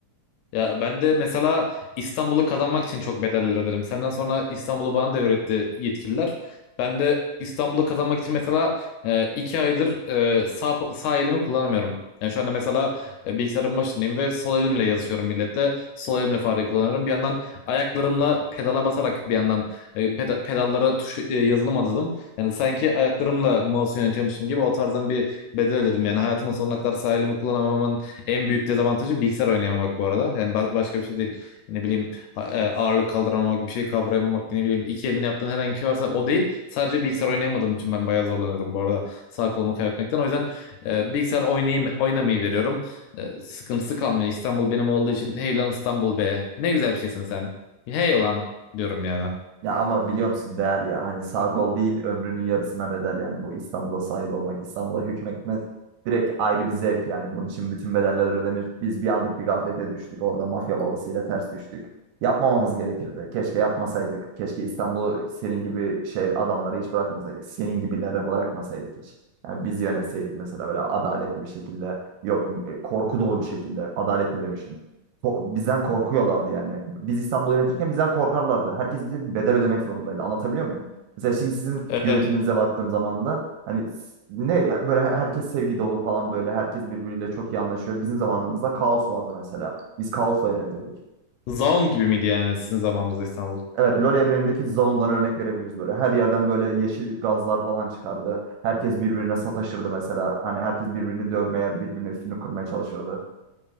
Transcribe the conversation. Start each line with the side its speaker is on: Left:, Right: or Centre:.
Left: Ya ben de mesela İstanbul'u kazanmak için çok bedeller öderim. Senden sonra İstanbul'u bana devretti yetkililer. Ben de İstanbul'u kazanmak için mesela e, iki aydır e, sağ, sağ elimi kullanamıyorum. Yani şu anda mesela e, bilgisayarın başındayım ve sol elimle yazışıyorum milletle. Sol elimle fareyi kullanıyorum. Bir yandan ayaklarımla pedala basarak bir yandan e, peda- pedallara tuş e, yazılım adadım. Yani sanki ayaklarımla mouse yönetiyormuşum gibi o tarzdan bir bedel ödedim. Yani hayatımın sonuna kadar sağ elimi kullanamamamın en büyük dezavantajı bilgisayar oynayamamak bu arada. Yani ba- başka bir şey değil. Ne bileyim ha- e, ağırlık kaldıramamak, bir şey kavrayamamak, ne bileyim iki elini yaptığın herhangi bir şey varsa o değil. Sadece bilgisayar oynayamadığım için ben bayağı zorlanıyorum bu arada sağ kolumu kaybetmekten. O yüzden e, bilgisayar oynayayım, oynamayı veriyorum. E, sıkıntısı kalmıyor. İstanbul benim olduğu için hey lan İstanbul be. Ne güzel bir şeysin sen. Hey lan diyorum yani.
Right: Ya ama biliyor musun değer ya hani sağ kol değil ömrünün yarısına bedel yani bu İstanbul'a sahip olmak İstanbul'a hükmetmek direkt ayrı bir zevk yani bunun için bütün bedeller ödenir. Biz bir anlık bir gaflete düştük orada mafya babasıyla ters düştük. Yapmamamız gerekirdi. Keşke yapmasaydık. Keşke İstanbul'u senin gibi şey adamları hiç bırakmasaydık. Senin gibilere bırakmasaydık hiç. Yani biz yönetseydik mesela böyle adaletli bir şekilde yok e, korku dolu bir şekilde adaletli demişim ko- bizden korkuyorlardı yani. Biz İstanbul'u yönetirken bizden korkarlardı. Herkes bize bir bedel ödemek zorundaydı. Anlatabiliyor muyum? Mesela şimdi sizin
Left: Evet
Right: yönetiminize
Left: evet.
Right: baktığım zaman da hani s- ne ya, böyle her- herkes sevgi dolu falan böyle herkes birbiriyle çok iyi anlaşıyor. Bizim zamanımızda kaos vardı mesela. Biz kaosla yönetirdik.
Left: Zaun gibi miydi yani sizin zamanınızda İstanbul?
Right: Evet, LoL evrenindeki Zaun'dan örnek verebiliriz böyle. Her yerden böyle yeşil gazlar falan çıkardı. Herkes birbirine sataşırdı mesela. Hani herkes birbirini dövmeye, birbirine üstünü kırmaya çalışırdı.